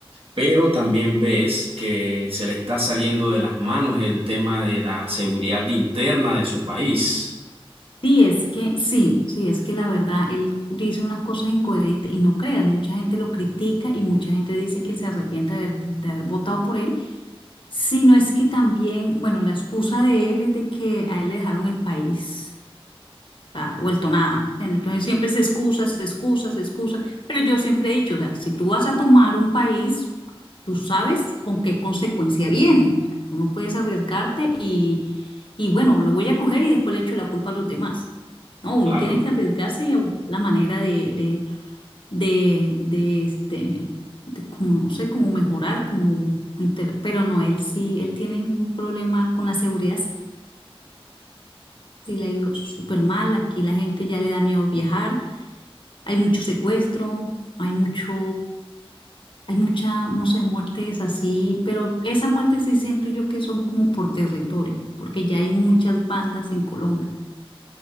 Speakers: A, on the right (about 70°); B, on the left (about 55°).
A: pero también ves que se le está saliendo de las manos el tema de la seguridad interna de su país.
B: Sí, es que, sí, sí, es que la verdad, él dice unas cosas incoherentes y no creas, mucha gente lo critica y mucha gente dice que se arrepiente de haber, de haber votado por él, sino es que también, bueno, la excusa de él es de que a él le dejaron el país sea, vuelto nada. ¿entiendes? Entonces siempre es excusas, excusas, excusas. Pero yo siempre he dicho, o sea, si tú vas a tomar un país, tú sabes con qué consecuencia viene. O sea, tú no puedes arriesgarte y, y bueno, lo voy a coger y después le echo la culpa a los demás. No, uno
A: Claro.
B: tiene que arriesgarse y a buscar la manera de, de, de, de, este, de como, no sé, cómo mejorar, como, inter- pero no, él sí, él tiene un problema con la seguridad, sí le ha ido súper mal, aquí la gente ya le da miedo viajar, hay mucho secuestro, hay mucho, hay mucha, no sé, muertes así, pero esas muertes sí siento yo que son como por territorio, porque ya hay muchas bandas en Colombia.